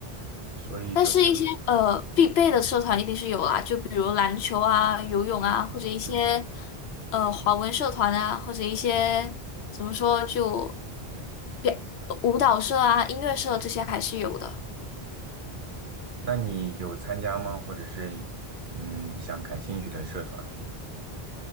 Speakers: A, on the right; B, on the left.
A: 所以就没有，
B: 但是，一些呃必备的社团一定是有啦，就比如篮球啊、游泳啊，
A: 嗯嗯，
B: 或者一些
A: 嗯，
B: 呃华文社团啊，或者一些怎么说就表舞蹈社啊、音乐社这些还是有的。
A: 那你有参加吗？或者是嗯，想感兴趣的社团？